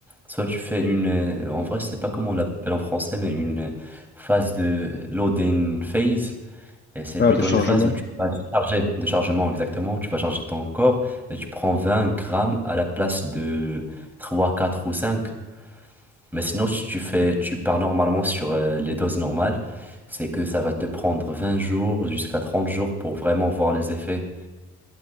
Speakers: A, in the centre; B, on the left (about 25°).
A: Soit tu fais une, euh, en vrai, je sais pas comment on l'appelle en français, mais une euh, phase de loading phase. Et c'est
B: Ah,
A: plutôt
B: de chargement.
A: une phase où tu vas charger, de chargement exactement, où tu vas charger ton corps et tu prends 20 grammes à la place de 3, 4 ou 5. Mais sinon, si tu fais, tu pars normalement sur euh, les doses normales, c'est que ça va te prendre 20 jours jusqu'à 30 jours pour vraiment voir les effets.